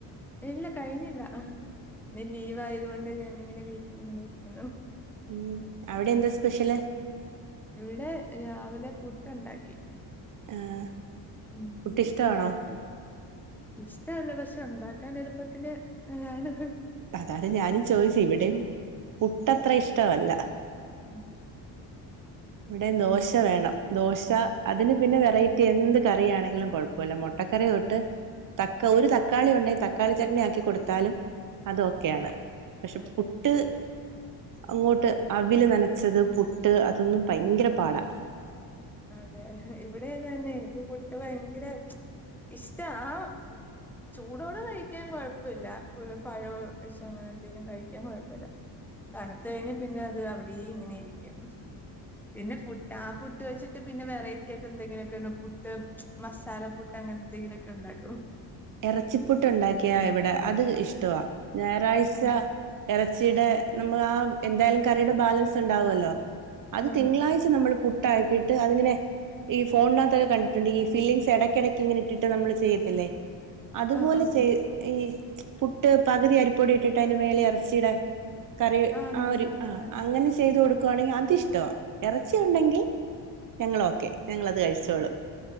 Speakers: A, in the centre; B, on the right.
A: ഇല്ല കഴിഞ്ഞില്ല. അഹാ ഇന്ന് ലീവായതു കൊണ്ട് ഞാനിങ്ങനെ വീട്ടിലിങ്ങനെ ഇരിക്ക്ണു.
B: ഉം, അവിടെ എന്താ സ്പെഷ്യല്?
A: ഇവിടെ രാവിലെ പുട്ടുണ്ടാക്കി.
B: ആഹ്.
A: ഉം, ഉം
B: പുട്ട്
A: പുട്ടും
B: ഇഷ്ടമാണോ
A: പഴോര്ന്ന് ഇഷ്ടവല്ല പക്ഷെ ഉണ്ടാക്കാനെളുപ്പത്തിന് <unintelligible> ആണ്
B: അതാണ് ഞാനും ചോയിച്ചേ ഇവിടെയും പുട്ടത്ര ഇഷ്ടവല്ല.
A: ഉം
B: ഇവിടെ ദോശ വേണം. ദോശ അതിന് പിന്നെ വെറൈറ്റി എന്ത് കറിയാണെങ്കിലും കൊഴപ പ്പൊല്ല. മൊട്ടക്കറി തൊട്ട് തക്ക ഒരു തക്കാളി ഉണ്ടെയി തക്കാളി ചട്നിയാക്കി കൊട്ത്താലും അതോക്കെയാണ്. പക്ഷെ
A: അതെ
B: പുട്ട് അങ്ങോട്ട് അവില് നനച്ചത് പുട്ട് അതൊന്നും ഭയങ്കര പാടാ
A: അതെ ഇവിടിം അങ്ങൻന്നെണ്. എനിക്ക് പുട്ട് ഭയങ്കര ഇഷ്ടാ ആ ചൂടോട് കഴിക്കാൻ കൊഴപ്പൊ ഇല്ല, പഴോം കൊയ്ച്ചങ്ങനെ എന്തേലും കഴിക്കാൻ കൊഴപ്പല്ല തണുത്തയിഞ്ഞ പിന്നെ അത് അവി <unintelligible> ഇങ്ങനെരിക്കും. പിന്നെ പുട്ട് ആ പുട്ട് വെച്ച് ട്ട് പിന്നെ വെറൈറ്റി ആയിട്ട് എന്തെങ്കിലൊക്കെണ്ട പുട്ട്, മസാല പുട്ട് അങ്ങനെന്തെങ്കിലുക്കെ ഉണ്ടാക്കു
B: എറച്ചിപ്പുട്ടുണ്ടാക്കിയാ ഇവിടെ അത് ഇഷ്ടവാ ഞായറാഴ്ച
A: ആ
B: ഇറച്ചിടെ നമ്മ ആ എന്തായാലും കറിയുടെ ബാലൻസ്ണ്ടാവൊല്ലോ അത്
A: ആ
B: തിങ്കളാഴ്ച നമ്മള് പുട്ടാക്കിയിട്ട് അതിങ്ങനെ ഈ ഫോണിനാത്തൊക്കെ കണ്ടിട്ടുണ്ട് ഈ ഫില്ലിംഗ്സ് എടക്കെടയ്ക്ക് ഇങ്ങന ഇിട്ട്ട്ട് നമ്മള് ചെയ്യത്തില്ലേ അതുപോലെ
A: ആ ആ
B: ചെയ് ഈ പുട്ട് പകുതി അരിപ്പൊടി ഇട്ടിട്ട് അയിന്റെ മേലെ എറച്ചിടാ കറി
A: ആ മനസ്സിലായി
B: ആഹ് ഒര്
A: മനസ്സിലായി
B: ആഹ് അങ്ങനെ ചെയ്ത് കൊടുക്കുവാണെങ്കി അതിഷ് ഷ്ടവാ, എറച്ചി ഉണ്ടെങ്കി ഞങ്ങളോക്കെ. ഞങ്ങളത് കഴിച്ചോളും